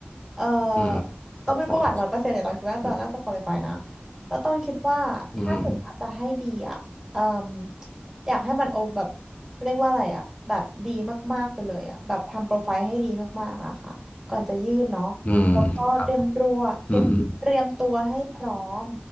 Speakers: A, on the right (about 20°); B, on the left (about 35°).
A: เอ่อ
B: อืม
A: ตองไม่รู้ประวัติร้อยเปอร์เซ็นต์แต่ตองคิดว่าน่าจะน่าจะควอลิฟายนะ
B: ครับพออืม
A: แล้วตองคิดว่าถ้าเกิดว่าจะให้ดีอ่ะเอ่ม
B: อืม
A: อยากให้มันโอแบบเรียกว่าอะไรอ่ะแบบดีมากๆไปเลยอ่ะแบบทำโปรไฟล์ให้ดีมากๆอะค่ะก่อนจะยื่นเนาะแล้วก็เตรียมตัวเตรียมเตรียมตัวให้พร้อม
B: อืมครับอืมอ